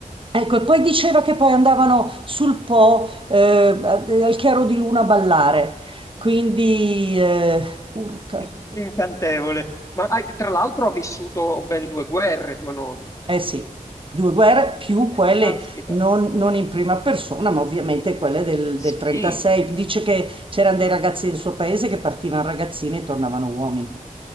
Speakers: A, on the right; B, on the left.
A: Ecco, e poi diceva che poi andavano sul Po, eh, al chiaro di luna a ballare. Quindi, eh, urca.
B: <laughs> incantevole. Ma hai- tra l'altro ha vissuto ben due guerre tua nonna.
A: Eh sì, due guerre più
B: Eh,
A: quelle
B: caspita.
A: non, non in prima persona, ma ovviamente quelle del,
B: Sì.
A: del 36. Dice che c'erano dei ragazzi del suo paese che partivano ragazzini e tornavano uomini.